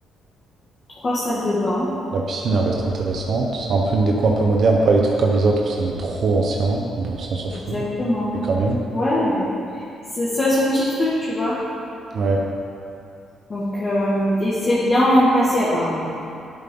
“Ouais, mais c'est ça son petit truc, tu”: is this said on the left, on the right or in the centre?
Left